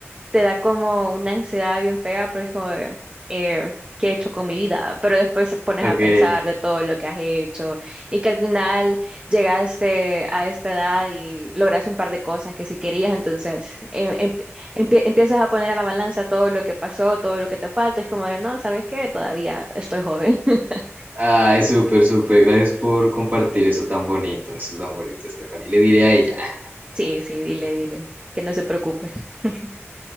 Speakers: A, on the right; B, on the right.
A: te da como una ansiedad bien fea porque es como, de, eh, ¿qué he hecho con mi vida? Pero después te pones
B: Ok.
A: a pensar de todo lo que has hecho y que al final llegaste a esta edad y lograste un par de cosas que sí querías, entonces em- em- empie- empiezas a poner a la balanza todo lo que pasó, todo lo que te falta, es como de, no, ¿sabes qué? Todavía estoy joven. <laughs>
B: Ay, súper, súper. Gracias por compartir eso tan bonito. Eso es tan bonito, Stephanie. Le diré a ella <laughs>
A: Sí, sí, dile, dile, que no se preocupe. <laughs>